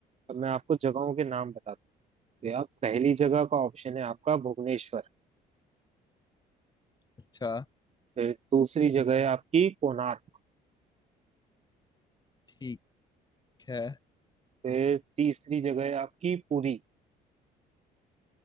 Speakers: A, on the right; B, on the left.
A: अब मैं आपको जगहों के नाम बताता हूँ भैया पहली जगह का ऑप्शन है आपका भुवनेश्वर
B: अच्छा
A: फिर दूसरी जगह है आपकी कोणार्क
B: ठीक है
A: फिर तीसरी जगह है आपकी पुरी